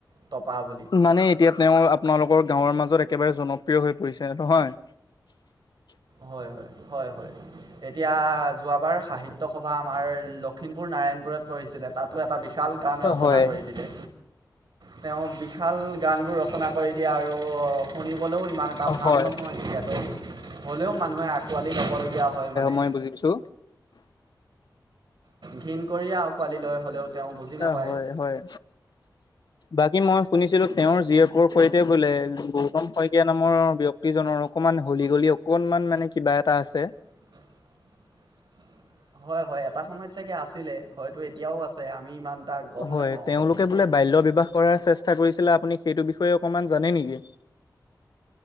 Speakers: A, on the right; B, on the left.
A: টপা বুলি
B: মানে এতিয়া তেওঁ আপোনালোকৰ গাঁৱৰ মাজত একেবাৰে জনপ্ৰিয় হৈ পৰিছে নহয়?
A: হয় হয় হয় হয়। এতিয়া যোৱাবাৰ সাহিত ত্য সভা আমাৰ লখিমপুৰ নাৰায়ণ পুৰত পৰিছিলে, তাতো এটা বিশাল গান ৰচনা
B: হয়
A: কৰি দিলে। তেওঁ বিশাল গান বোৰ ৰচনা কৰি দিয়ে আৰু শুনি 'লেও ইমান এটা ভাল
B: হয়
A: নহয় তেতিয়াতো। হ'লেও মানুহে আঁকোৱালি গাবলগীয়া হয় মানে।
B: মই বুজি পাইছো
A: ঘিন কৰিয়ে আঁকোৱালি লয় হ'লেও। তেওঁ বুজি নাপায়
B: অ হয় হয়, বাকী মই শুনিছিলো তেওঁৰ জীয়েক। সৈতে বোলে গৌতম শইকীয়া নামৰ ব্যক্তিজনৰ অকমান হলি গলি অকনমান মানে কিবা। এটা আছে।
A: <unintelligible> হয় হয়, এটা সময়ত চাগে আছিলে হয়তো এতিয়াও আছে আমি ইমান। এটা গম
B: হয়,
A: নাপাওঁ
B: তেওঁলোকে
A: সঠিককে
B: বোলে বাল্য বিবাহ কৰাৰ চেষ্টা কৰিছিলে আপুনি। সেইটো বিষয়ে অকমান জানে নেকি?